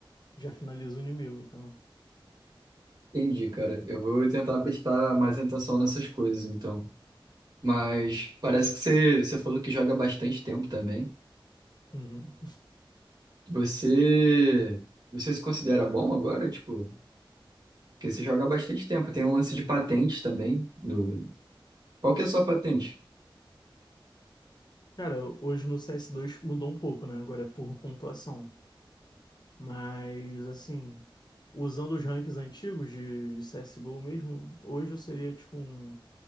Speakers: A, on the left (about 50°); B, on the right (about 45°).
A: já finaliza o inimigo, entendeu?
B: Entendi, cara. Eu vou tentar prestar mais atenção nessas coisas, então. Mas parece que você, você falou que joga há bastante tempo também.
A: Uhum.
B: Você, você se considera bom agora? Tipo, porque você joga há bastante tempo. Tem um lance de patente também. Do... Qual que é a sua patente?
A: Cara, hoje no CS2 mudou um pouco, né? Agora é por pontuação. Mas, assim, usando os ranks antigos de, de CSGO mesmo, hoje eu seria tipo um